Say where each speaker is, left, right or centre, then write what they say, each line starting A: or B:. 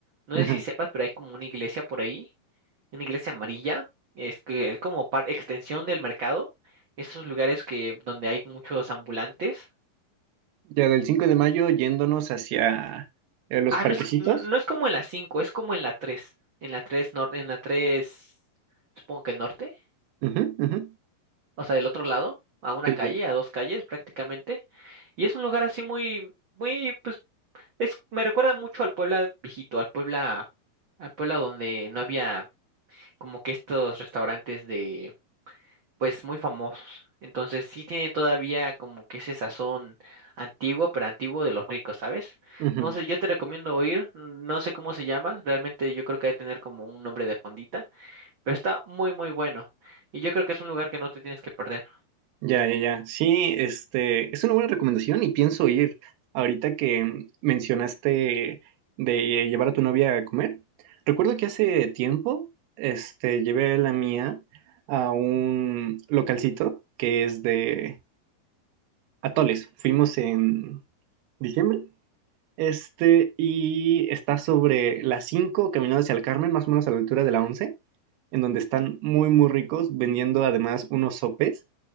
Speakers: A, on the right; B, on the right.
A: No
B: ujú.
A: sé si sepas, pero hay como una iglesia por ahí una iglesia amarilla, es que es como par- extensión del mercado, esos lugares que donde hay muchos ambulantes.
B: Ya del 5 de mayo yéndonos hacia eh, los
A: Ah,
B: parquecitos.
A: no es no es como en la cinco es como en la tres en la 3 norte, en la 3 supongo que norte,
B: Ujú, ujú.
A: o sea, del otro lado, a una
B: Sí,
A: calle,
B: ya.
A: a dos calles prácticamente, y es un lugar así muy muy pues es me recuerda mucho al Puebla viejito, al Puebla al Puebla donde no había como que estos restaurantes de pues muy famosos. Entonces sí tiene todavía como que ese sazón antiguo, pero antiguo de los ricos, ¿sabes?
B: Ujú.
A: No sé, yo te recomiendo ir, no sé cómo se llama, realmente yo creo que debe tener como un nombre de fondita, pero está muy muy bueno y yo creo que es un lugar que no te tienes que perder.
B: Ya, ya, ya. Sí, este, es una buena recomendación y pienso ir. Ahorita que mm, mencionaste de llevar a tu novia a comer, recuerdo que hace tiempo, este, llevé a la mía a un localcito que es de atoles. Fuimos en diciembre, este, y está sobre las 5, caminando hacia el Carmen, más o menos a la altura de la 11, en donde están muy, muy ricos, vendiendo además unos sopes